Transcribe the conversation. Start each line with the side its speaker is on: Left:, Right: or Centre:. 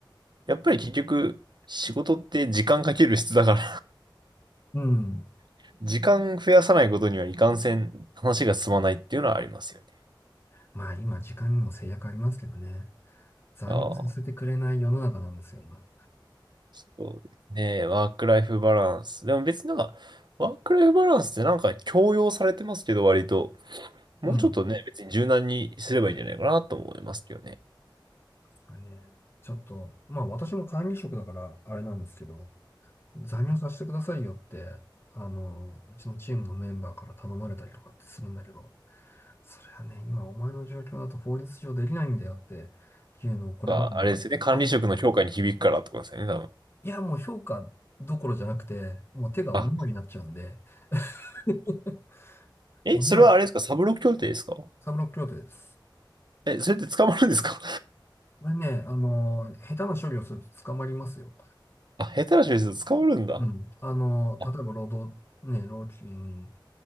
Right: やっぱり結局、仕事って時間かける質だから
Left: うん。
Right: <laughs> 時間増やさないことにはいかんせん話が進まないっていうのはありますよね。
Left: まあ今時間にも制約ありますけどね。残業させてくれない世の中なんですよ、
Right: ああ、
Left: 今。
Right: そうですね。ワークライフバランス。でも別になんか、ワークライフバランスってなんか強要されてますけど、割と。もうちょっとね、
Left: うん。
Right: 別に柔軟にすればいいんじゃないかなと思いますけどね。はい
Left: はいねちょっと、まあ私も管理職だからあれなんですけど、残業させてくださいよって、あの、うちのチームのメンバーから頼まれたりとかってするんだけど、それはね、今お前の状況だと法律上できないんだよっていうのをこれまでね、
Right: が、あれですよね。管理職の評価に響くからってことですよね、
Left: あん、
Right: 多分。
Left: いやもう評価どころじゃなくて、もう手がお縄になっちゃうんで、
Right: あ、
Left: <laughs>
Right: え、
Left: お縄、
Right: それはあれですかサブロク協定ですか
Left: サブロック協定です。
Right: え、それって捕まるんですか
Left: これね、あの、下手な処理をすると捕まりますよ。
Right: <laughs> あ、下手な人ですと捕まるんだ。
Left: うん。あの、
Right: あ、
Left: 例えば労働、ね、労基に、